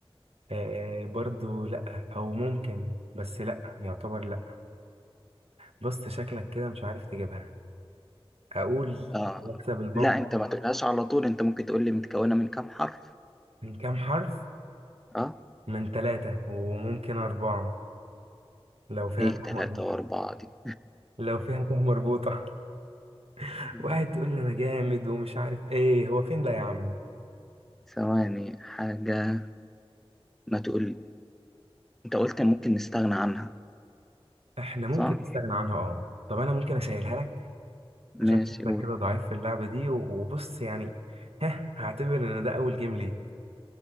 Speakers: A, on the right (about 80°); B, in the centre.
A: آه برضو لا او ممكن بس لا يعتبر لا بص شكلك كده مش عارف تجيبها اقول
B: اه
A: يكسب البنك
B: لا أنت ما تقولهاش على طول أنت ممكن تقول لي متكونة من كام حرف
A: من كام حرف
B: اه
A: من ثلاثة وممكن أربعة لو فيها
B: إيه
A: تاء
B: تلاتة
A: مربوطة
B: وأربعة دي
A: لو فيها تاء مربوطة <laughs>
B: <laughs>
A: واحد تقول لي أنا جامد ومش عارف إيه هو فين ده يا عم
B: ثواني حاجة ما تقول انت قلت ممكن نستغنى عنها
A: إحنا ممكن
B: صح
A: نستغنى عنها أه طب أنا ممكن أسهلها لك عشان
B: ماشي
A: شكلك
B: قول
A: كده ضعيف في اللعبة دي و- وبص يعني ها هعتبر إن ده أول جيم ليه